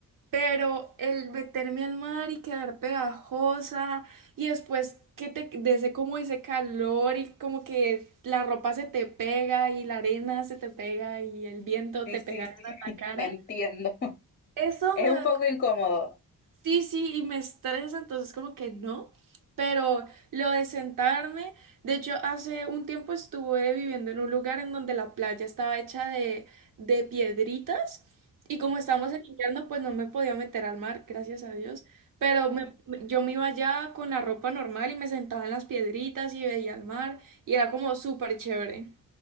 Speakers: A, on the right (about 65°); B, on the left (about 30°).
A: pero el meterme al mar y quedar pegajosa y después que te de como ese calor y como que la ropa se te pega y la arena se te pega y el viento
B: sí,
A: te
B: sí,
A: pega en
B: sí, <laughs>
A: la cara.
B: te entiendo. <laughs>
A: Eso
B: Es
A: me
B: un
A: da
B: poco incómodo.
A: Sí, sí, y me estresa, entonces como que no, pero lo de sentarme, de hecho hace un tiempo estuve viviendo en un lugar en donde la playa estaba hecha de, de piedritas y como estábamos en invierno pues no me podía meter al mar, gracias a Dios, pero me- me- yo me iba allá con la ropa normal y me sentaba en las piedritas y veía el mar y era como súper chévere.